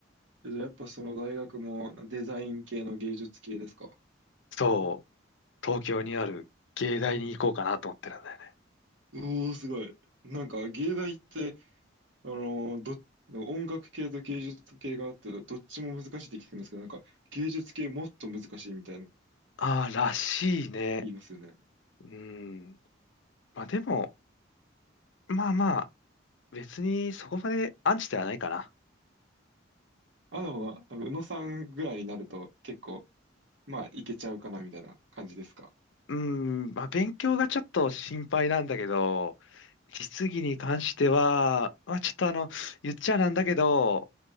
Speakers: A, on the right; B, on the left.
A: えじゃあ、やっぱその大学もデザイン系の芸術系ですか
B: そう、東京にある芸大に行こうかなと思ってるんだよね。
A: おー、すごい。なんか、芸大って、あのーど、音楽系と芸術系があって、どっちも難しいって聞くんですけど、なんか、芸術系もっと難しいみたいな、
B: ああ、らしいね。
A: 言いますよね。
B: うん。まあでも、まあまあ、別にそこまでアンチではないかな。
A: あのは、あの宇野さんぐらいになると、結構、まあ、いけちゃうかな、みたいな感じですか。
B: うん、まあ、勉強がちょっと心配なんだけど、実技に関しては、まあ、ちょっとあの、言っちゃなんだけど、